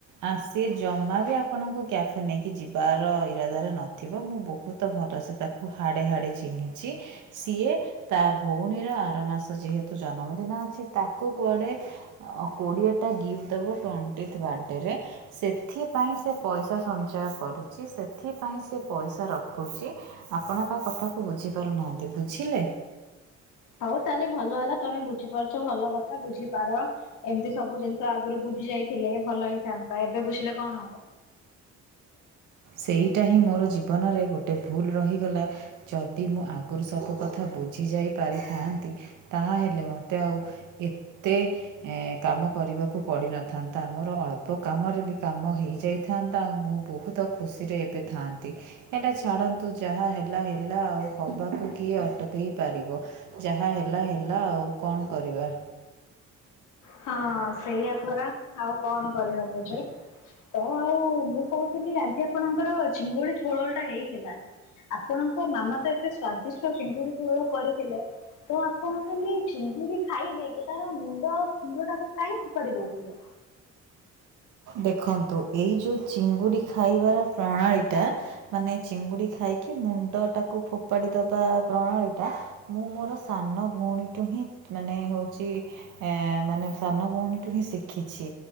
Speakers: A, on the right; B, on the left.
A: ଆସି ଜମା ବି ଆପଣଙ୍କୁ କ୍ୟାଫେ ନେଇକି ଯିବାର ଇରାଦାରେ ନ ଥିବ ମୁଁ ବହୁତ ଭଲ ସେ ତାକୁ ହାଡ଼େ ହାଡ଼େ ଚିହ୍ନିଚି ସିଏ ତା ଭଉଣୀର ଆର ମାସ ଯେହେତୁ ଜନମଦିନ ଅଛି ତାକୁ କୁଆଡ଼େ କୋଡ଼ିଏଟା ଗିଫ୍ଟ ଦେବ ଟ୍ୱେଣ୍ଟିଥ୍ ବାର୍ଥଡେରେ। ସେଥିପାଇଁ ସେ ପଇସା ସଞ୍ଚୟ କରୁଚି ସେଥିପାଇଁ ସେ ପଇସା ରଖୁଚି। ଆପଣ ତା କଥାକୁ ବୁଝି ପାରୁନାହାନ୍ତି ବୁଝିଲେ।
B: ହଉ ତାହେଲେ ଭଲ ହେଲା ତମେ ବୁଝିପାରୁଛ ଭଲ କଥା ବୁଝିପାର। ଏମିତି ସବୁ ଜିନିଷ ଆଗରୁ ବୁଝି ଯାଇଥିଲେ ଭଲ ହେଇଥାନ୍ତା ଏବେ ବୁଝିଲେ କଣ ହବ।
A: ସେଇଟା ହିଁ ମୋର ଜୀବନରେ ଗୋଟେ ଭୁଲ ରହିଗଲା। ଯଦି ମୁଁ ଆଗରୁ ସବୁ କଥା ବୁଝି ଯାଇ ପାରିଥାନ୍ତି ତାହାହେଲେ ମତେ ଆଉ ଏତେ ଏ କାମ କରିବାକୁ ପଡ଼ିନଥାନ୍ତା ଆମର ଅଳ୍ପ କାମରେ ବି କାମ ହେଇଯାଇ ଥାଆନ୍ତା ଆଉ ମୁଁ ବହୁତ ଖୁସିରେ ଏବେ ଥାଆନ୍ତି। ହେଲେ ଛାଡ଼ନ୍ତୁ ଯାହା ହେଲା ହେଲା ଆଉ ହବାକୁ କିଏ ଅଟକେଇ ପାରିବ। ଯାହା ହେଲା ହେଲା ଆଉ କଣ କରିବା।
B: ହଁ ସେଇଆ ପରା ଆଉ କଣ କରିହବ ଯେ। ତ ଆଉ ମୁଁ କହୁଥିଲି ଆଜି ଆପଣଙ୍କର ଚିଙ୍ଗୁଡି ଝୋଳ ଟା ହେଇଥିଲା। ଆପଣଙ୍କ ମାମା ତ ଏତେ ସ୍ଵାଦିଷ୍ଟ ଚିଙ୍ଗୁଡି ଝୋଳ କରିଥିଲେ ତ ଆ ପଣ ଖାଲି ଚିଙ୍ଗୁଡି ଖାଇଦେଇକି ତାର ମୁଣ୍ଡ ଆଉ ଫୁଣ୍ଡଟାକୁ କାଇଁ ଫୋପାଡି ଦଉଥିଲେ?
A: ଦେଖନ୍ତୁ ଏଇ ଯୋଉ ଚିଙ୍ଗୁଡି ଖାଇବାର ପ୍ରଣାଳୀ ଟା ମାନେ ଚିଙ୍ଗୁଡି ଖାଇକି, ମୁଣ୍ଡ ଟାକୁ ଫୋପାଡି ଦବା ପ୍ରଣାଳୀ ଟା ମୁଁ ମୋର ସାନ ଭଉଣୀଠୁ ହିଁ ମାନେ ହଉଚି ଏ ମାନେ ସାନ ଭଉଣୀଠୁ ହିଁ ଶିଖିଚି